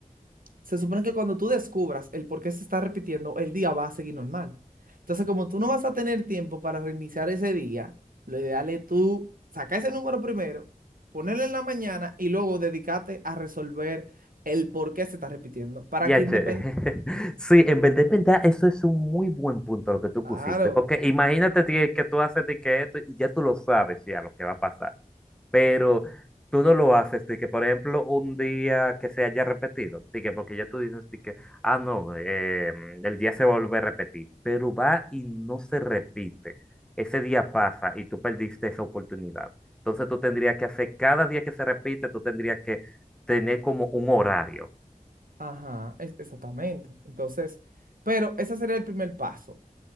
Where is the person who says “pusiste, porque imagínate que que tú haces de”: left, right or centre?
Centre